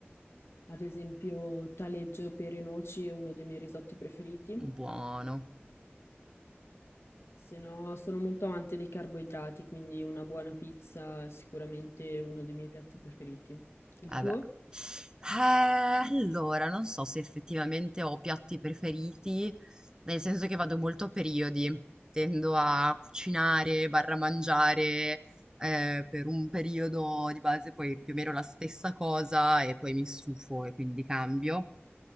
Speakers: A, on the left; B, on the right.
A: Ad esempio, taleggio, pere, e noci è uno dei miei risotti preferiti.
B: Buono.
A: Se no, sono molto amante dei carboidrati, quindi una buona pizza è sicuramente uno dei miei piatti preferiti. Il tuo?
B: Eh beh. Eh, allora, non so se effettivamente ho piatti preferiti, nel senso che vado molto a periodi. Tendo a cucinare, barra mangiare, eh, per un periodo di base, poi più o meno la stessa cosa e poi mi stufo e quindi cambio.